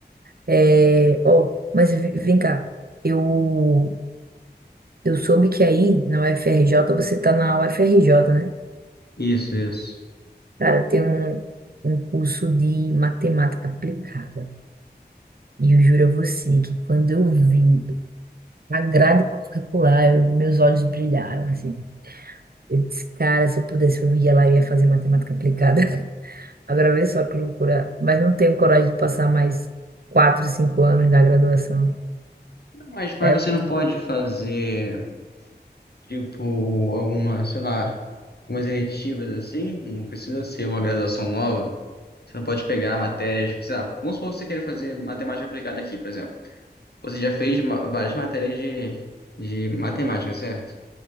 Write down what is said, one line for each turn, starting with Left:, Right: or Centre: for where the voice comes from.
Right: É, ó, mas vi- vem cá, eu, eu soube que aí na UFRJ, você tá na UFRJ, né?
Left: Isso, isso.
Right: Cara, tem um, um curso de matemática aplicada. E eu juro a você que quando eu vi a grade curricular, eu- meus olhos brilharam, assim. Eu disse, cara, se eu pudesse, eu ia lá e ia fazer matemática aplicada. <laughs> Agora vê só que loucura. Mas não tenho coragem de passar mais quatro, cinco anos na graduação.
Left: Mas, mas
Right: É,
Left: você não pode fazer. Tipo, algumas sei lá, algumas eletivas assim, não precisa ser uma graduação nova. Você não pode pegar matérias, tipo, sei lá, vamos supor que você queira fazer matemática aplicada aqui, por exemplo. Você já fez ma- várias matérias de, de matemática, certo?